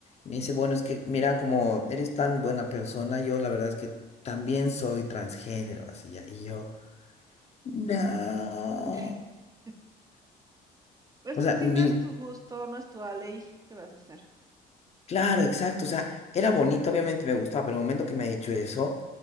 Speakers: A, on the left; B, on the right.
A: Me dice, bueno, es que mira, como eres tan buena persona, yo la verdad es que también soy transgénero, así ya. Y yo, no.
B: <laughs> Pues
A: O
B: que
A: sea,
B: si
A: ni,
B: no es tu gusto, no es tu ley, ¿qué vas a hacer?
A: Claro, exacto. O sea, era bonito, obviamente me gustaba, pero el momento que me ha hecho eso,